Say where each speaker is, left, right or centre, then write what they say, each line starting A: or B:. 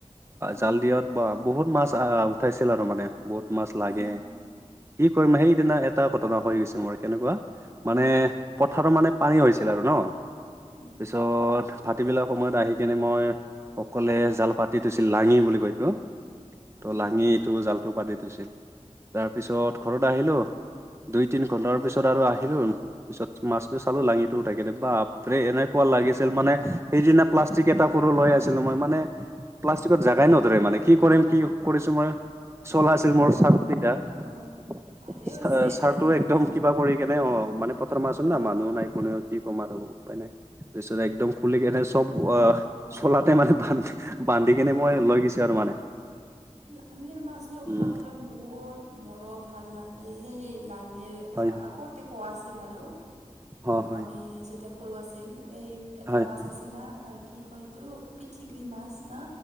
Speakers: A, on the right; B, on the right.
A: অ',
B: জাল দিয়া বহুত মাছ উঠাইছিল আৰু মানে বহুত মাছ লাগে।
A: অ',
B: কি কৰিম সেইদিনা এটা ঘটনা হৈ গৈছে মৰ আৰু কেনেকুৱা মানে, পথাৰৰ মানে পানী হৈছিল আৰু ন,
A: অ',
B: তাৰপিছত ফাটিবিলাক সময়ত আহি কিনে মই অকলোৱে জাল পাতিটোছিল লাঙি বুলি কয় সেইটো। ত'
A: অ',
B: লাঙিটো জালটো পতি থৈছিল। তাৰপিছত ঘৰত আহিলোঁ, দুই তিনি ঘণ্টাৰ পিছত আৰু আহিলোঁ, পিছত মাছতো চালো লাঙিটো উঠাইকিনে, বাপৰে এনেকুৱা লাগিছিল মানে, সেইদিনা প্লাষ্টিক এটা সৰু ম লৈ আছিলো মই মানে প্লাষ্টিকত জাগাই নধৰে কি কৰিম কি কৰিছো মই চলাই আছিল মোৰ
A: আগত
B: <unintelligible>
A: অ', ভালেই হৈছে
B: ছাৰটো
A: তেনেহ'লে
B: একদম কিবা কৰি কেনে অ মানে, পথাৰ মা আছে
A: অ',
B: না মানুহ নাই কোনেও কি ক'ম
A: অ'।
B: আৰু উপায় নাই তাৰপিছত একদম খুলি এনে চব আহ। চলাতে মানে বান্ধি বান্ধি কিনে
A: অঁ,
B: মই লৈ গৈছো আৰু মানে।
A: লাঙিৰ মাছটো খাবলৈ
B: উম
A: বহুত মৰম ভাল লাগে সেই। লাঙিৰ
B: হয়
A: আগতে পোৱা আছিল আৰু
B: হয় হয়
A: আমি যেতিয়া সৰু আছিল। এই এটা
B: হয়
A: মাছ
B: হয়
A: আছে না কি কয় এইটো পিঠিগৰি মাছ না,